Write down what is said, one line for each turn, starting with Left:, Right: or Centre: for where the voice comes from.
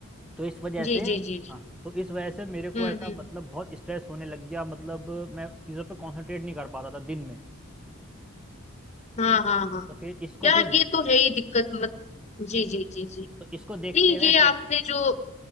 Centre: तो इस वजह
Left: जी
Centre: से
Left: जी जी जी
Centre: हाँ तो इस वजह से मेरे को
Left: हम्म
Centre: ऐसा
Left: हम्म
Centre: मतलब बहुत स्ट्रेस होने लग गया मतलब मैं चीज़ों पे कंसंट्रेट नहीं कर पा रहा था दिन में
Left: हाँ हाँ हाँ
Centre: तो फिर इसको
Left: यार
Centre: फिर
Left: ये तो है ही दिक्कत मत जी जी जी जी
Centre: तो इसको देखते
Left: नहीं
Centre: हुए
Left: ये
Centre: फिर
Left: आपने जो